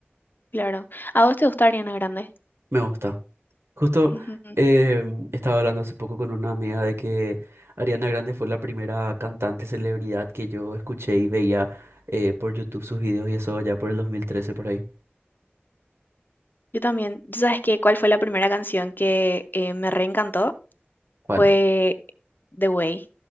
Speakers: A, on the left; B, on the right.
A: Claro. ¿A vos te gusta Ariana Grande?
B: Me gusta. Justo
A: Ujú.
B: eh, estaba hablando hace poco con una amiga de que Ariana Grande fue la primera cantante celebridad que yo escuché y veía eh, por YouTube sus videos y eso allá por el 2013 por ahí.
A: Yo también. ¿Y ¿Sabes qué? ¿Cuál fue la primera canción que eh, me reencantó?
B: ¿Cuál?
A: Fue The Way.